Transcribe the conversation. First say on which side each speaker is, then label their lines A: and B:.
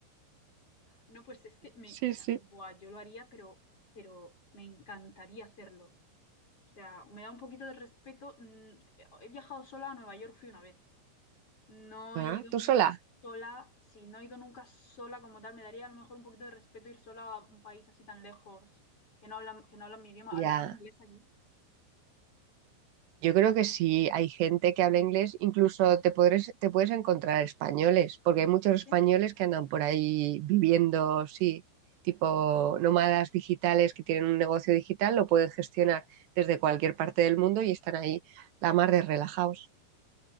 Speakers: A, on the left; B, on the right.
A: No, pues es que me,
B: Sí,
A: o sea,
B: sí.
A: buah, yo lo haría, pero, pero me encantaría hacerlo. O sea, me da un poquito de respeto. mm, He viajado sola a Nueva York, fui una vez. No
B: Ah,
A: he ido
B: ¿tú
A: nunca
B: sola?
A: sola. Si no he ido nunca sola como tal, me daría a lo mejor un poquito de respeto ir sola a un país así tan lejos, que no hablan, que no hablan mi idioma.
B: Ya.
A: ¿Hablarán inglés allí?
B: Yo creo
A: ¿O
B: que
A: no
B: sí, hay gente que habla inglés, incluso te podres- te puedes encontrar españoles, porque hay muchos
A: sé?
B: españoles que andan por ahí viviendo, sí, tipo nómadas digitales que tienen un negocio digital, lo pueden gestionar desde cualquier parte del mundo y están ahí la mar de relajados.